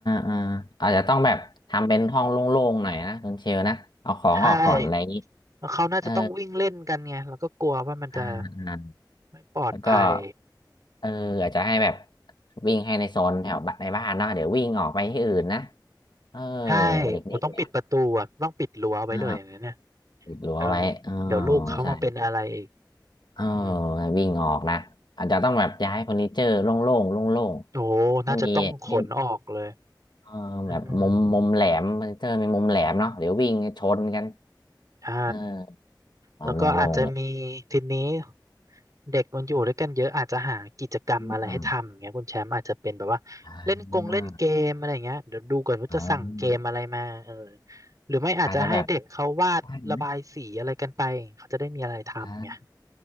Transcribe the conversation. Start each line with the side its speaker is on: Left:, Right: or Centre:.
Left: อ่าอาจจะต้องแบบทำเป็นห้องโล่งๆหน่อยนะคุณเชลนะ เอาของออกก่อนอะไรอย่างนี้
Right: ใช่แล้วเขาน่าจะต้องวิ่งเล่นกันไง
Left: เออ
Right: แล้วก็กลัวว่ามันจะ
Left: อ่าอ่า
Right: ไม่ปลอดภัย
Left: แล้วก็เอออาจจะให้แบบวิ่งให้ในโซนแถวบ้านในบ้านเนาะเดี๋ยววิ่งออกไปที่อื่นนะเออ
Right: ใช่
Left: เด็กๆเนี่ย
Right: โอ้ต้องปิดประตูอ่ะต้องปิดรั้วไว้เลยอย่างนั้นเนี่ย
Left: อ่าอิดรั้วไว้อ๋อ
Right: เออเดี๋ยวลูกเขามาเป็นอะไรอีก
Left: ใช่ เออ
Right: อืม
Left: วิ่งออกนะอาจจะต้องแบบย้ายเฟอร์นิเจอร์โล่งๆโล่งๆไม่มีไม่
Right: โอ้น่าจะต้องขนออกเลย
Left: เออแบบมุมมุมแหลมเฟอร์นิเจอร์มีมุมแหลมเนาะเดี๋ยววิ่งชนกัน
Right: อืมใช่
Left: เออความโล่งๆเลย
Right: แล้วก็อาจจะมีทีนี้เด็กมันอยู่ด้วยกันเยอะอาจจะหากิจกรรมอะไรให้ทำอย่างเงี้ยคุณแชมป์อาจจะเป็นแบบว่าเล่นกงเล่นเกมอะไรอย่างเงี้ยเดี๋ยวดูก่อนว่าจะสั่งเกมอะไรมาเออ
Left: อืมอืมอ่าอ๋อ
Right: หรือไม่อาจจะให้เด็กเขาวาดระบายสีอะไรกันไปเขาจะได้มีอะไรทำไง
Left: อาจจะแบบได้ไหมอ่า